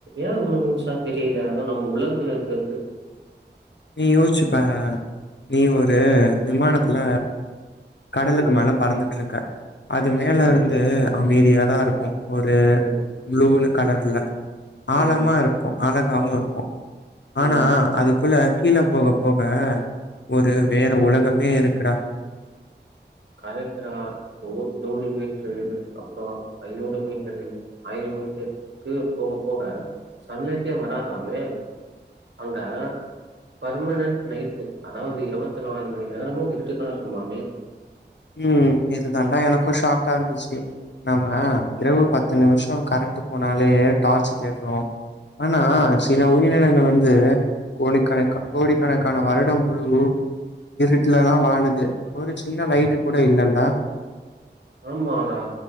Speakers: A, on the right (about 70°); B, on the left (about 75°).
A: ஏ ஒண்ணு முழுசா தெரியல அத நம்ம உலகத்துல இருக்கிறது
B: நீ யோசிச்சுப்பாரே நீ
A: ம்
B: ஒரு விமானத்தில கடலுக்கு
A: ம்
B: மேல பறந்துட்டு இருக்க அது மேல
A: சரி
B: இருந்து அமைதியாதா இருக்கு ஒரு
A: ம்
B: ப்ளூன்னு கலர்ல
A: ம்
B: ஆழமா இருக்கு அழகாகவு இருக்கு ஆனா
A: ம்
B: அதுக்குள்ள கீழ போக போக ஒரு
A: ம்
B: வேற உலகமே இருக்குடா
A: கரெக்ட்தா நூ நூறு மீட்டரு அப்புற ஐநூறு மீட்டரு ஆயிர மீட்டரு க்கு போக போக சன்லைட்டே வராதாமே அங்க பர்மனன்ட் நைட்டு அதாவது இருவத்தி நாலு மணி நேரமு இருட்டு தா இருக்குமாமே
B: ம் இது தாண்டா எனக்கு ஷாக்கா இருந்துச்சு நம்ம
A: ம்,
B: இரவு பத்து பத்து நிமிஷோ கரண்ட் போனாலே டார்ச் தேட்றோ ஆனா
A: ம்.
B: சில உயிர் <unintelligible> வந்து கோடிக்கணக்க கோடிக்கணக்கான வருடம் முழு இருட்டுலதா வாழுது ஒரு சின்ன லைட்டு கூட இல்லல்ல
A: ஆமாடா